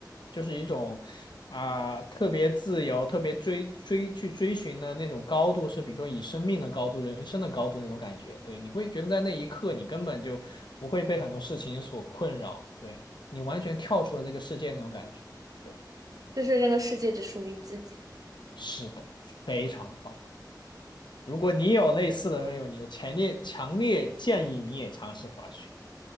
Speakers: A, on the left (about 80°); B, on the right (about 55°).
A: 就是一种啊、特别自由、特别追追去追寻的那种高度，是比如说以生命的高度、人生的高度那种感觉。对，你会觉得在那一刻你根本就不会被很多事情所困扰，对你完全跳出了这个世界那种感觉。对，
B: 就是这个世界只属于你自己。
A: 是的，非常棒。如果你有类似的那种，你有强烈强烈建议你也尝试滑雪。